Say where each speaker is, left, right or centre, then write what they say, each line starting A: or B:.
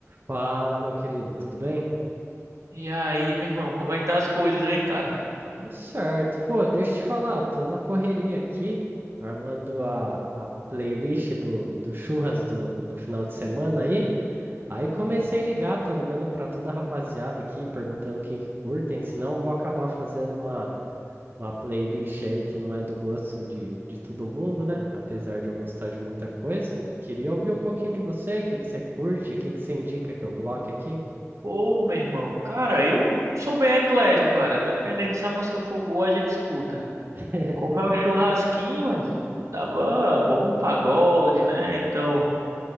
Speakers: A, on the right (about 40°); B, on the right (about 85°).
A: Fala, meu querido, tudo bem?
B: E aí, meu irmão, como é que tá as coisas, hein, cara?
A: Tudo certo. Pô, deixa eu te falar, tô na correria aqui, armando a, a playlist do, do churras do, do final de semana aí. Aí comecei a ligar, tô ligando pra toda a rapaziada aqui, perguntando o que que curtem, senão eu vou acabar fazendo uma, uma playlist aí que não é do gosto de, de todo mundo, né? Apesar de eu gostar de muita coisa. Queria ouvir um pouquinho de você, o que que você curte, o que que você indica que eu coloque aqui.
B: Pô, meu irmão, cara, eu sou bem eclético, cara. Dependendo se a música for boa, a gente escuta.
A: <laughs>
B: Como é o churrasquinho, tava bom um pagode, né? Então,